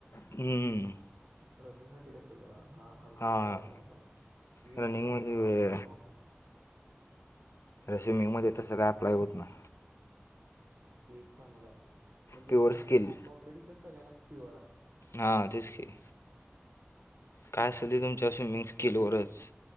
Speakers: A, on the left (about 75°); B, on the right (about 75°).
A: हम्म,
B: रनिंग मध्ये कस जरा हा हलका
A: हां
B: माणूस जाणार फास्ट ही
A: रनिंगमध्ये
B: आपल्याला माहीत असते कॉमन
A: रेसिमिंग मध्ये तसं काय अप्लाय होत नाय.
B: ते एक चांगलं आहे म्हणजे
A: प्युअर
B: कॉम
A: स्किल
B: कॉम्पिटिशन सगळ्यांना प्युअर आहे.
A: हां तेस की. काय असल
B: तेच
A: तुमच्या स्विमिंग स्किलवरच